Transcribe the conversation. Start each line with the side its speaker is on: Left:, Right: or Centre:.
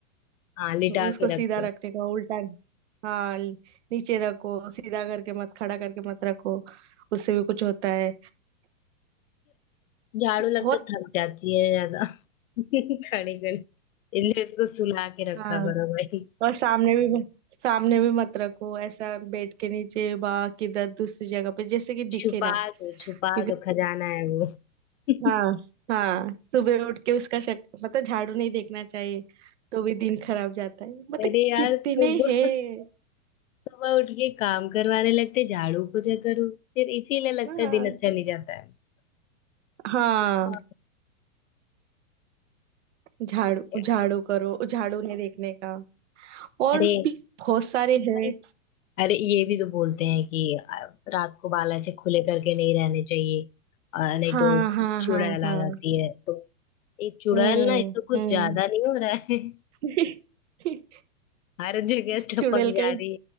Left: हाँ लिटा
Right: उसको
Left: के
Right: सीधा
Left: रखो
Right: रखने का उल्टा हाँ नीचे रखो सीधा करके मत खड़ा करके मत रखो उससे भी कुछ होता है
Left: झाड़ू
Right: बहुत
Left: लगता है थक जाती है ज्यादा <laughs> खड़े खड़े इसलिए उसको सुला के रखा
Right: हाँ
Left: करो भाई
Right: और सामने भी सामने भी मत रखो ऐसा बेड के नीचे बा किधर दूसरी जगह पे जैसे कि दिखे
Left: छुपा
Right: ना
Left: दो छुपा
Right: क्योंकि
Left: दो खजाना है वो <laughs>
Right: हाँ हाँ सुबह उठ के उसका शक मतलब झाड़ू नहीं देखना चाहिए तो भी दिन खराब जाता है मतलब
Left: अरे यार
Right: कितने
Left: सुबह
Right: हैं
Left: सुबह उठ के काम करवाने लगते झाड़ू पोछा करो फिर इसीलिए लगता
Right: हाँ
Left: है दिन अच्छा नहीं जाता है
Right: हाँ
Left: हाँ
Right: झाड़ू
Left: <laughs>
Right: झाड़ू करो झाड़ू उन्हें देखने का और
Left: अरे
Right: भी बहुत सारे हैं
Left: अरे अरे ये भी तो बोलते हैं कि अ, रात को बाल ऐसे खुले करके नहीं रहने चाहिए अ, नहीं
Right: हाँ
Left: तो
Right: हाँ
Left: चुड़ैल
Right: हाँ
Left: आ
Right: हाँ
Left: जाती है तो ये चुड़ैल
Right: हम्म
Left: ना इसको कुछ
Right: हम्म
Left: ज्यादा नहीं हो रहा है <laughs>
Right: <laughs>
Left: हर जगह टपक
Right: चुड़ैल
Left: जा
Right: का ही-
Left: रही